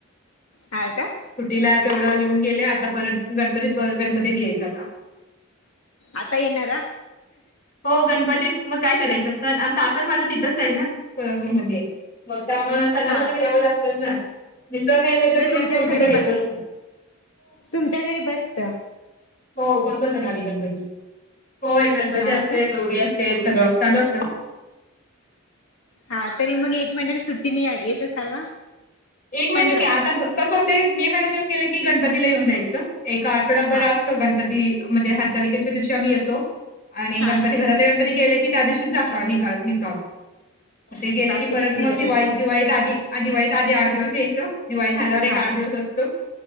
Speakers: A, on the left (about 75°); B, on the left (about 40°).
A: हा का
B: सुट्टीला तेवढं येऊन गेले आता परत गणपती गणपतीत येईल आता
A: आता येणारार
B: हो गणपतीत मग काय करायचं स सासर माझं तिथंच आहे ना मध्ये मग त्यामुळे सणाला
A: हा हा
B: तर
A: का?
B: यावं लागतंच ना मिसर नाही तर मी
A: तुमच्या
B: मुलगी
A: घरी
B: तर येत.
A: बस तुमच्या घरी बसत
B: हो बसवत ना् गणपती होय गणपती
A: हा
B: असते.
A: का?
B: गौरी असते सगळं चाल असतं
A: हा तरी मग एक महिन्यात सुट्टीने येत असाल ना.
B: एक महिन्या
A: पंधरा?
B: नाही आता कसं होते मे महिन्यात येऊन गेले की गणपतीला येऊन जायचं. एका आठवडाभर
A: हा
B: असतो गणपती मजे हरतालिकेच्या दिवशी आम्ही येतो. आणि
A: हा
B: गणपती
A: हा
B: घरातले गणपती गेले की त्या दिवशीच जातो अ काल लि ते गेलं
A: रात्रीच
B: की परत
A: निघत
B: मग दिवाळी
A: असे
B: दिवाळीत आधी दिवाळीत आधी दिवस येयच दिवाळी झाल्यावर एक
A: हा
B: आठ दिवस असतो